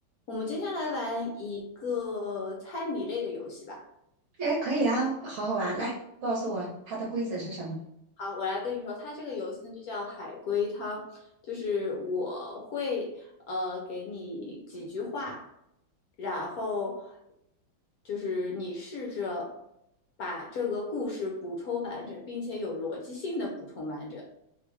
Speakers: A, on the left (about 65°); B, on the right (about 55°).
A: 我们今天来玩一个猜谜类的游戏吧。
B: 哎，可以啊，好好玩，来告诉我它的规则是什么？
A: 好，我来跟你说，它这个游戏呢就叫海龟汤，就是我会呃给你几句话，然后就是你试着把这个故事补充完整，并且有逻辑性的补充完整。